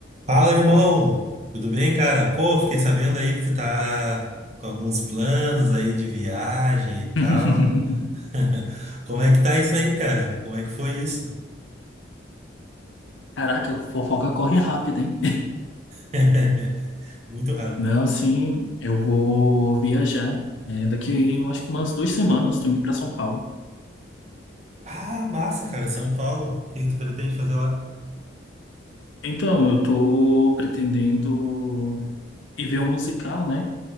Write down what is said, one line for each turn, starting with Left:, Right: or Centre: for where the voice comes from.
Right: Fala, irmão! Tudo bem, cara? Pô, fiquei sabendo aí que tu tá com alguns planos aí de viagem e tal.
Left: <laughs>
Right: <laughs> Como é que tá isso aí, cara? Como é que foi isso?
Left: Caraca, fofoca corre rápido, hein?
Right: <laughs> Muito rápido.
Left: Não, sim, eu vou viajar. é, daqui, eu acho que umas duas semanas, estou indo para São Paulo.
Right: Ah, massa, cara, São Paulo. O que que tu pretende fazer lá?
Left: Então, eu tô pretendendo ir ver um musical, né?